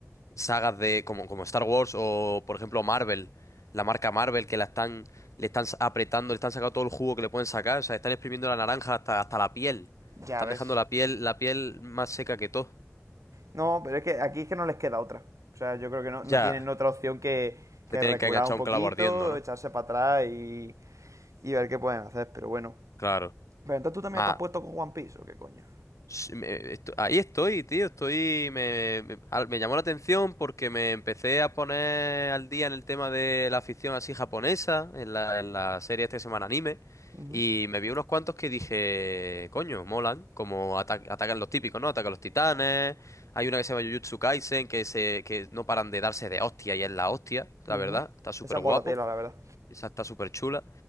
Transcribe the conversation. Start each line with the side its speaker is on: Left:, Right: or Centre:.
Left: sagas de como, como Star Wars o por ejemplo Marvel, la marca Marvel que la están le están sa- apretando, le están sacando todo el jugo que le pueden sacar, o sea, están exprimiendo la naranja hasta, hasta la piel.
Right: Ya
Left: Están
Right: ves.
Left: dejando la piel la piel más seca que todo.
Right: No, pero es que aquí es que no les queda otra. O sea, yo creo que no, no
Left: Ya,
Right: tienen otra opción que, que
Left: se tienen
Right: recular
Left: que enganchar
Right: un poquito,
Left: un clavo ardiendo, ¿no?
Right: echarse para atrás y, y ver qué pueden hacer. Pero bueno.
Left: Claro.
Right: Pero entonces tú también
Left: más
Right: estás puesto con One Piece, ¿o qué coño?
Left: Sí, me- esto- ahí estoy, tío, estoy, me, me- al- me llamó la atención porque me empecé a poner al día en el tema de la afición así japonesa, en la, en la serie esta que se llama Anime,
Right: Ujú,
Left: y me vi unos cuantos que dije, coño, molan, como ata- atacan los típicos, ¿no? Atacan los titanes, hay una que se llama Jujutsu Kaisen, que, se, que no paran de darse de hostia y es la hostia, la
Right: ujú.
Left: verdad, está súper
Right: Esa mola
Left: guapo.
Right: tela, la verdad.
Left: Esa está súper chula.